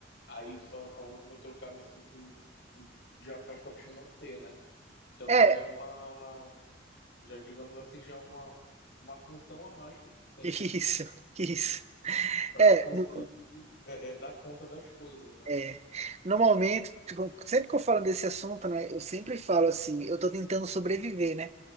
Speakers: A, on the left; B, on the right.
A: Aí tu estava falando que no teu caso, assim, tu, tu já faz para te manter, né? Então
B: É,
A: já é uma, já digamos assim, já é uma, uma função a mais que tu tem
B: <laughs> isso, isso.
A: para
B: É,
A: conseguir
B: não-
A: é, é, dar conta das coisas, né?
B: É, no tipo, sempre que eu falo desse assunto, né, eu sempre falo assim, eu tô tentando sobreviver, né?